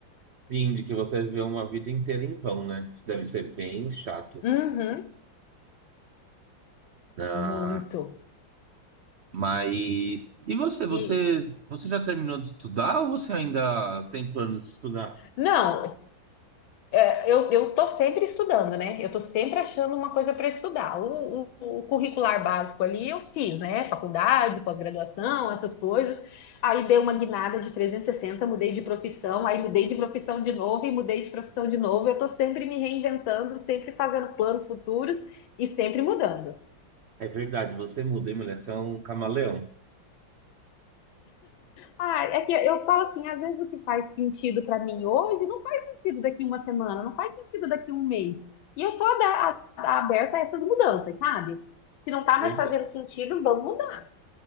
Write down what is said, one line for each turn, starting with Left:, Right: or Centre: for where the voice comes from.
Right: sim, de que você viveu uma vida inteira em vão, né? Isso deve ser bem chato.
Left: Uhum,
Right: Ah,
Left: muito.
Right: mas. E você? Você,
Left: E.
Right: você já terminou de estudar ou você ainda tem planos de estudar?
Left: Não, Cara, eu, eu tô sempre estudando, né? Eu tô sempre achando uma coisa para estudar. O, o, o curricular básico ali eu fiz, né? Faculdade, pós-graduação, essas coisas. Aí dei uma guinada de 360, mudei de profissão, aí mudei de profissão de novo e mudei de profissão de novo. Eu tô sempre me reinventando, sempre fazendo planos futuros e sempre mudando.
Right: É verdade, você muda, hein, mulher? Você é um camaleão.
Left: Ah, é que eu falo assim, às vezes o que faz sentido para mim hoje não faz sentido daqui uma semana, não faz sentido daqui um mês. E eu tô ada- a- a- aberta a essas mudanças, sabe? Se não tá
Right: Verdade.
Left: mais fazendo sentido, vamos mudar.